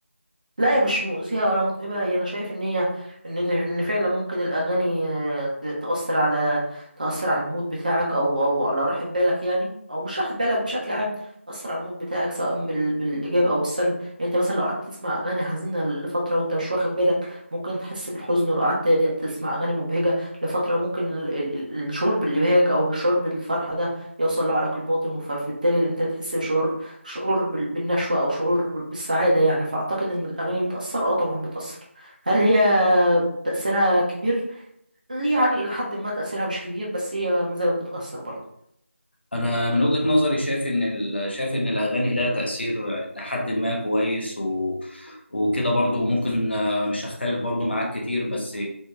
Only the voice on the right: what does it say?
لا هي مش مؤذية ولا متعبة هي أنا شايف إن هي إن إن إن فعلا ممكن الأغاني آه، ت- تأثر على تأثر على المود بتاعك أو أو على راحة بالك يعني أو مش راحة بالك بشكل عام تأثر على المود بتاعك سواء بال... بالإيجاب أو بالسلب يعني أنت مثلا لو قعدت تسمع أغاني حزينة لفترة وأنت مش واخد بالك ممكن تحس بالحزن ولو قعدت تسمع أغاني مبهجة لفترة ممكن ال... ال... ال- الشعور بالإبهاج أو الشعور بالفرحة ده يوصل لعقلك الباطن فبالتالي أنت تحس بشعور شعور بال- بالنشوة أو شعور بالسعادة يعني فأعتقد إن الأغاني بتأثر أه طبعا بتأثر هل هي تأثيرها كبير؟ يعني إلى حد ما تأثيرها مش كبير بس هي ما زالت بتأثر برضه